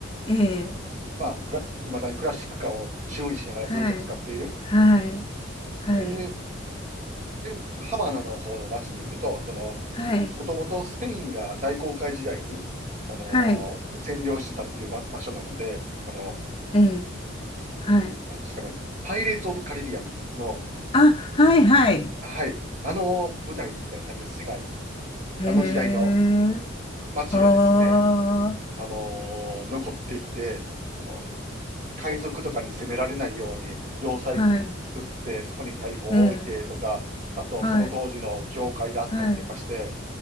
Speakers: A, on the left; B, on the right.
A: ええ、
B: まあ、いまだにクラシックカーを修理しながらずっと使っている。
A: はい、はい、はい、
B: で、で、ハバナの方の街に行くと、その、
A: はい、
B: もともとスペインが大航海時代に、あの
A: はい、
B: ー占領してたっていう場場所なので、あの、
A: ええ、はい。
B: なんですかね、パイレーツ・オブ・カリビアンの、
A: あ、はい、はい。
B: はい、あの舞台みたいな感じです、世界。
A: へえ、
B: あの時代の街がですね、
A: はあ、
B: あのー残っていて、その、海賊とかに攻められないように要塞作って、
A: はい、
B: そこに大砲を置いてとか、
A: ええ、
B: あと、
A: はい、
B: その当時の教会があったりとかして、
A: はい、